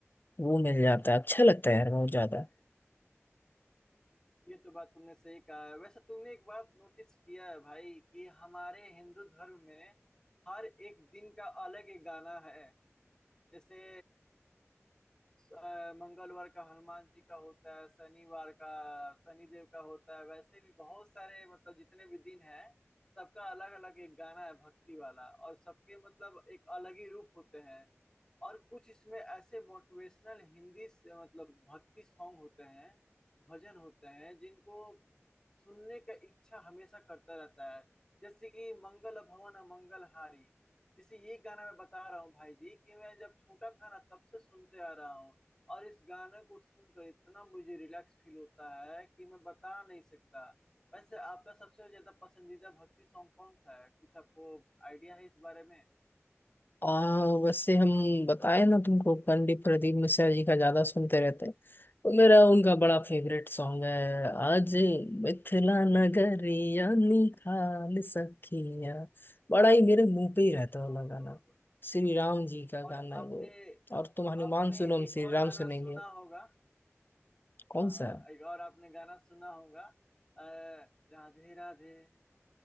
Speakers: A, on the left (about 45°); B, on the left (about 15°).
A: वो मिल जाता है अच्छा लगता है यार बहुत ज्यादा
B: ये तो बात तुमने सही कहा है वैसे तुमने एक बात नोटिस किया है भाई कि हमारे हिंदू धर्म में हर एक दिन का अलग एक गाना है जैसे अ, मंगलवार का हनुमान जी का होता है शनिवार का शनिदेव का होता है वैसे भी बहुत सारे मतलब जितने भी दिन हैं सबका अलग अलग एक गाना है भक्ति वाला और सबके मतलब एक अलग ही रूप होते हैं और कुछ इसमें ऐसे मोटिवेशनल हिंदी से मतलब भक्ति सॉन्ग होते हैं भजन होते हैं जिनको सुनने का इच्छा हमेशा करता रहता है जैसे कि मंगल भवन मंगलहारी इसी ये गाना मैं बता रहा हूँ भाई जी कि मैं जब छोटा था ना तब से सुनते आ रहा हूँ और इस गाने को सुनकर इतना मुझे रिलैक्स फील होता है कि मैं बता नहीं सकता वैसे आपका सबसे ज्यादा पसंदीदा भक्ति सॉन्ग कौन सा है कुछ आपको आइडिया है इस बारे में
A: आ, वैसे हम बताए ना तुमको पंडित प्रदीप मिश्रा जी का ज्यादा सुनते रहते हैं तो मेरा उनका बड़ा फेवरेट सॉन्ग है आज मिथिला नगरिया निहाल सखिया बड़ा ही मेरे मुंह पे ही रहता है
B: बहुत
A: वाला गाना
B: बहुत बहुत।
A: श्री राम जी का
B: और
A: गाना
B: आपने
A: है वो और तुम हनुमान
B: आपने
A: सुनो हम
B: एक
A: श्री
B: और
A: राम
B: गाना
A: सुनेंगे
B: सुना होगा
A: कौन
B: अ,
A: सा
B: एक और आपने गाना सुना होगा अ, राधे राधे